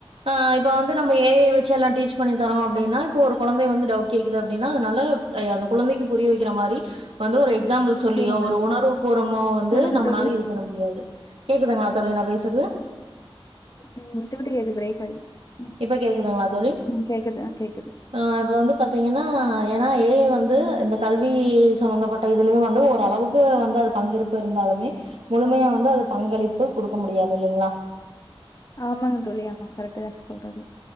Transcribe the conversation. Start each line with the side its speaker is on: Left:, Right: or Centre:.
Right: ஆ இப்போ வந்து நம்ம ஏஐ வெச்சு எல்லா டீச் பண்ணி தரோ அப்படின்னா இப்போ ஒரு கொழந்தை வந்து டவுட் கேக்குது அப்படின்னா நல்லாப் அ அந்த குழந்தைக்கு புரிய வைக்கிற மாரி வந்து ஒரு எக்ஸாம்பிள் சொல்லியோ
Left: சொல்லுங்க.
Right: ஒரு உணர்வுபூறமோ வந்து
Left: சொல்லுங்க
Right: நம்மனால்
Left: தோழி.
Right: இது பண்ண முடியாது கேக்குதுங்களா தோழி நா பேசுறது
Left: ம் விட்டு விட்டு கேக்குது பிரேக் ஆயி ம்.
Right: இப்ப கேக்குதுங்களா தோழி
Left: ம் கேக்குது. ஆ கேக்குது.
Right: ஆ அது வந்து பாத்தீங்கன்னா ஆ ஏன்னா ஏஐ வந்து இந்த கல்வி சம்பந்தப்பட்ட இதுலியு வந்து ஓரளவுக்கு வந்து அது பங்கேற்பு இருந்தாலுமே முழுமையா வந்து அது பங்களிப்பு கொடுக்க முடியாது இல்லைங்களா
Left: ஆமாங் தோழி ஆமாங் கரெக்ட்டு தா நீங் சொல்றது